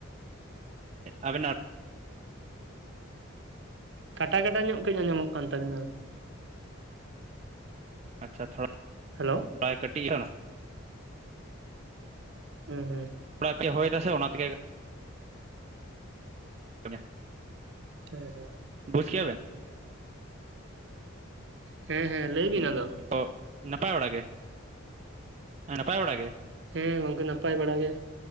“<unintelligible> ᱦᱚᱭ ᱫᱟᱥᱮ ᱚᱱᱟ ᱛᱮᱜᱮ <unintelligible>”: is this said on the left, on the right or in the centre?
Right